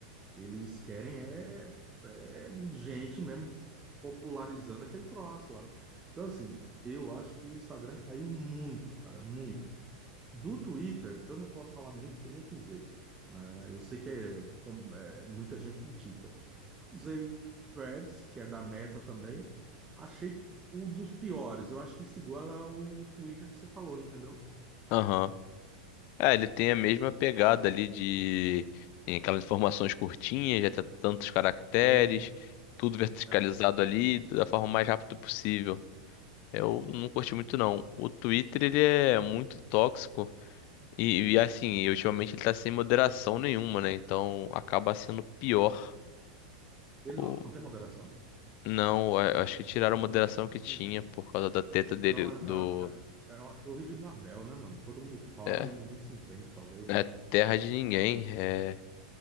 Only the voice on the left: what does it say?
aham. É, ele tem a mesma pegada ali de tem aquelas informações curtinhas, já tem tantos caracteres,
tudo verticalizado
ali da forma mais rápida possível. Eu não curti muito não. O Twitter, ele é muito tóxico. E, e, assim, e ultimamente ele tá sem moderação nenhuma, né? Então acaba sendo pior.
Ou
não, é, acho que tiraram
a moderação que
tinha por causa da treta
dele
do.
É,
é
terra de ninguém. É,